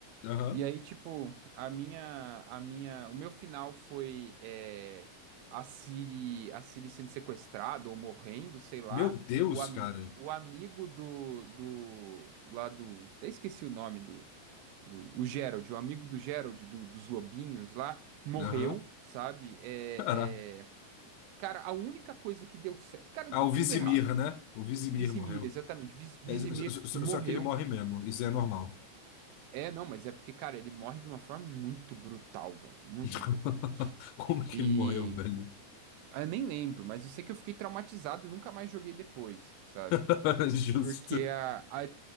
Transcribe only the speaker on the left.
aham.
Meu Deus,
cara.
Aham.
Caraca.
Ah, o Vizimir,
né? O Vizimir
morreu.
É, só, só-
só- só que ele morre mesmo. Isso é normal.
<laughs>
Como que
ele morreu, velho?
<laughs> Justo.